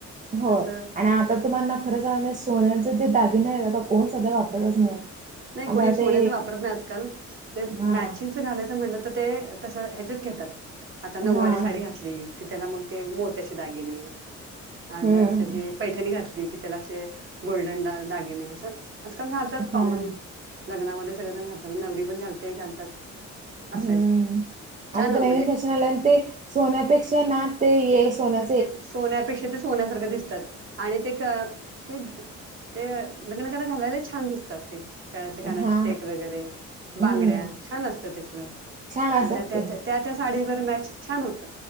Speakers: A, on the right; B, on the right.
A: होय
B: असं
A: आणि आता तुम्हाना खरं त सांगायचं ना. सोन्यांचे जे दागिने आहेत. आता कोण सध्या वापरतच नाहीत.
B: नाही
A: आता
B: कोणी सोन्याच
A: ते
B: वापरत नाही आजकाल. तर
A: हां
B: मॅचिंग घालायचं म्हंटल तर ते तस ह्याचेच घेतात. आता नऊवारी
A: हां
B: साडी घात- -ली त्याला मग ते मोत्याचे दागिने. आन
A: हम्म
B: जर असं हे - पैठणी घातली की त्याला असे गोल्डन दागिने असं. आजकाल घालतात कॉमन
A: हां.
B: लग्नामध्ये सगळेजण घालतात. नवरी पण घालते. घालतात. असं
A: हम्म.
B: आहे छान
A: आता तर नवीन
B: म्हणजे
A: फॅशन आलं. आणि ते सोन्यापेक्षा ना. ते ये सोन्या
B: ते सोन्यापेक्षा ते सोन्यासारखं दिसतात. आणि ते ते ते लग्नात वगैरे घालायला छान दिसतात ते. पायातले, कानातले
A: हा
B: सेट वगैरे,
A: हम्म
B: बांगड्या छान असत ते सगळं.
A: छान असतात
B: आता
A: ते
B: त्या- त्या त्या साडीवर मॅच छान होतं.